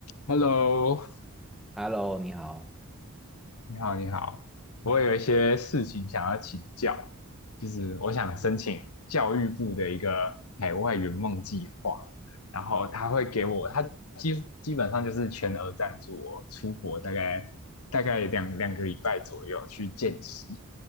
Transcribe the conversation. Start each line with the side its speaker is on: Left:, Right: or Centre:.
Left: Hello，
Centre: Hello，你好。
Left: 你好，你好，我有一些事情想要请教，就是我想申请教育部的一个海外圆梦计划，然后他会给我，他基基本上就是全额赞助我出国大概大概两两个礼拜左右去见习。